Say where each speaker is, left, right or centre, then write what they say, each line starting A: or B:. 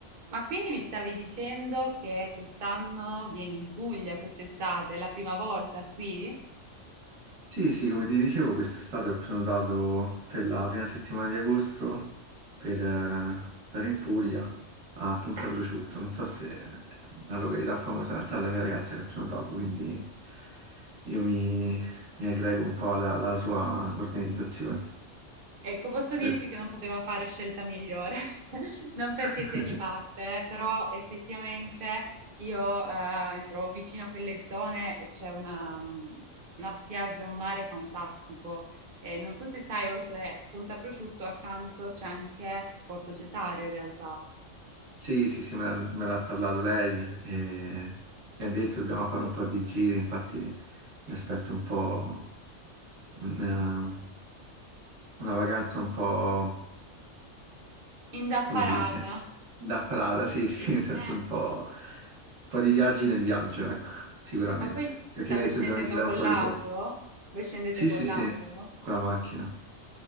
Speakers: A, on the right; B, on the right.
A: Ma quindi mi stavi dicendo che quest'anno vieni in Puglia, quest'estate, è la prima volta qui?
B: Sì, sì, come ti dicevo, quest'estate ho prenotato per la prima settimana di agosto per eh, andare in Puglia a Punta Prosciutto. Non so se è una località famosa, in realtà è la mia ragazza che ha prenotato, quindi io mi, mi aggrego un po' alla, alla sua organizzazione.
A: Ecco, posso
B: Tre-
A: dirti che non poteva fare scelta migliore, <laughs> non perché
B: <laughs>
A: sia di parte, eh, però effettivamente io eh, mi trovo vicino a quelle zone e c'è una, mm, una spiaggia, un mare fantastico. E non so se sai, oltre Punta Prosciutto, accanto c'è anche Porto Cesareo in realtà,
B: Sì, sì, sì, me l'ha me l'ha parlato lei e mi ha detto dobbiamo fare un po' di giri, infatti mi aspetto un po' un, eh, una vacanza un po'.
A: indaffarata.
B: come si dice? Da frada, sì, <laughs> sì, nel senso
A: Eh,
B: un po', un po' di viaggi nel viaggio, ecco, sicuramente.
A: Ma poi
B: Perché
A: state
B: mi hai detto
A: scendendo
B: dobbiamo visitare
A: con
B: un po'
A: l'auto?
B: di posti.
A: Voi scendete
B: Sì,
A: con
B: sì,
A: l'auto?
B: sì, con la macchina.